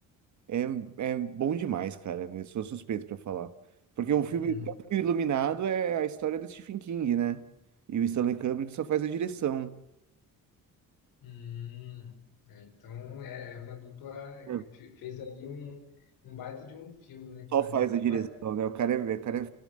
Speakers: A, on the right (about 55°); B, on the left (about 85°).
A: É, é bom demais, cara. Eu sou suspeito pra falar. Porque o filme
B: uhum,
A: tanto que o Iluminado é a história do Stephen King, né? E o Stanley Kubrick só faz a direção.
B: uhum. É, então, é é uma dupla
A: Hum.
B: fe- fez ali um, um baita de um filme, né,
A: Só
B: cara?
A: faz a direção,
B: Mas
A: né? O cara é, o cara é